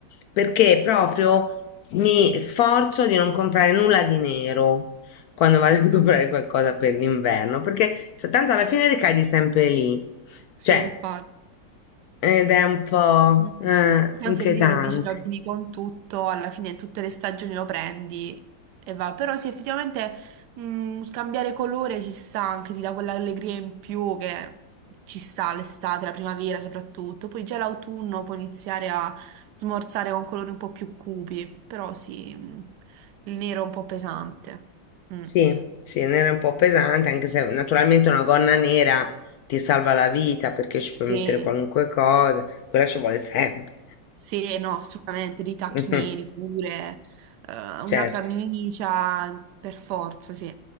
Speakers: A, on the left (about 75°); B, on the right (about 70°).
A: perché proprio mi sforzo di non comprare nulla di nero quando vado a <laughs> comprare
B: Mm.
A: qualcosa per l'inverno, perché cioè, tanto alla fine ricadi sempre lì.
B: Sì,
A: Cioè,
B: infatti.
A: ed è un po'
B: Mm.
A: eh,
B: Tanto
A: inquietante.
B: il nero dici lo abbini con tutto, alla fine in tutte le stagioni lo prendi e va. Però sì, effettivamente mm, scambiare colore ci sta anche, ti dà quell'allegria in più che ci sta l'estate, la primavera soprattutto. Poi già l'autunno puoi iniziare a smorzare con colori un po' più cupi, però sì, mm, il nero è un po' pesante. Mm.
A: Sì, sì, nera è un po' pesante,
B: Sì.
A: anche se naturalmente una gonna nera ti salva la vita perché ci
B: Sì.
A: puoi mettere qualunque cosa, quella ci vuole sempre.
B: Sì, eh, no, assolutamente, dei tacchi
A: <laughs>
B: neri pure, eh, una
A: Certo,
B: camicia, per forza, sì.